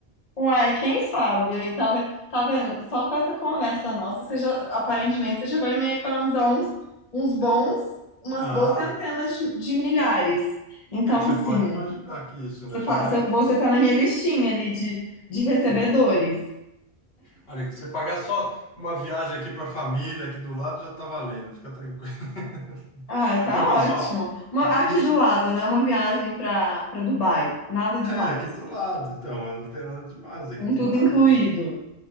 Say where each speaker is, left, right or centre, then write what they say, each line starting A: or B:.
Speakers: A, on the left; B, on the left.
A: Uai, quem sabe? Aí tá, ve- tá vendo? Só com essa conversa nossa, você já, aparentemente você já vai me economizar uns, uns bons, umas
B: Ah,
A: boas centenas de, de milhares. Então,
B: é, você
A: assim,
B: pode imaginar que isso, né?
A: você
B: Já
A: tá, você
B: é o.
A: você tá na minha listinha ali de, de recebedores.
B: Opa. Olha, que você pagar só uma viagem aqui pra família, aqui do lado, já tá valendo, fica tranquilo. <laughs>
A: Ah, tá
B: Não, mas
A: ótimo.
B: ó,
A: Uma-
B: isso
A: aqui do lado, né? Uma viagem para para Dubai. Nada demais.
B: é aqui do lado, então, não tem nada demais é aqui
A: Um
B: do
A: tudo
B: lado.
A: incluído.
B: pô.